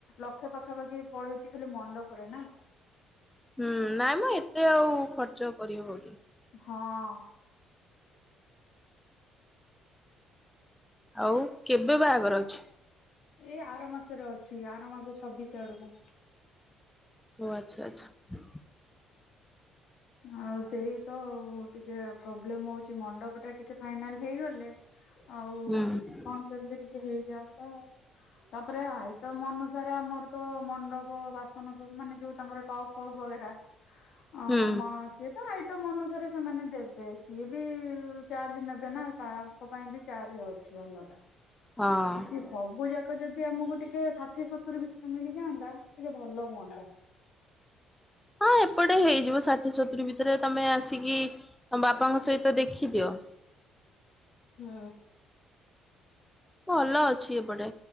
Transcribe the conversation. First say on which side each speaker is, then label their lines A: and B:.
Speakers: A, on the left; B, in the centre.
A: ଲକ୍ଷେ ପାଖାପାଖି ପଳଉଛି ଖାଲି ମଣ୍ଡପରେ ନା।
B: ହୁଁ ନାଇଁ ମ ଏତେ ଆଉ ଖର୍ଚ୍ଚ କରିହବ କି।
A: ହଁ
B: ଆଉ କେବେ ବାହାଘର ଅଛି।
A: ଏଇ ଆର ମାସରେ ଅଛି ଆର ମାସ ଛବିଶ ଆଡକୁ।
B: ଓ ଆଚ୍ଛା ଆଚ୍ଛା।
A: ଆଉ ସେଇ ତ ଟିକେ ପ୍ରୋବ୍ଲେମ ହୋଉଚି। ମଣ୍ଡପ ଟା ଟିକେ ଫାଇନାଲ ହେଇଗଲେ। ଆଉ
B: ହୁଁ।
A: କଣ କେମିତି ଟିକେ ହେଇଯାଆନ୍ତା। ତାପରେ ଆଇଟମ୍ ଅନୁସାରେ ଆମର ତ ମଣ୍ଡପ ବାସନ ସବୁ ମାନେ ଯୋଉ ତାଙ୍କର ଟପ୍ପ ଫପ୍ ବଗେରା ଅ
B: ହୁଁ
A: ମ ସିଏ ତ ଆଇ ଟମ୍ ଅନୁସାରେ ସେମାନେ ଦେବେ। ସିଏ ବି ଚାର୍ଜ ନେବେ ନା ତାଙ୍କ ପାଇଁ ବି ଚାର୍ଜ ଅ ଛି ଅଲଗା।
B: ହଁ।
A: ସିଏ ସବୁ ଯାକ ଯଦି ଆମକୁ ଟିକେ ଷାଠିଏ ସତୁୁରୀ ଭିତରେ ମିଳିଯାଆନ୍ତା ଟିକେ ଭଲ ହୁଅନ୍ତା।
B: ହଁ ଏପଟେ ହେଇଯିବ ଷାଠିଏ ସତୁୁରୀ ଭିତରେ ତମେ ଆସିକି ତମ ବାପାଙ୍କ ସହିତ ଦେଖିଦିଅ।
A: ହୁଁ।
B: ଭଲ ଅଛି ଏପଟେ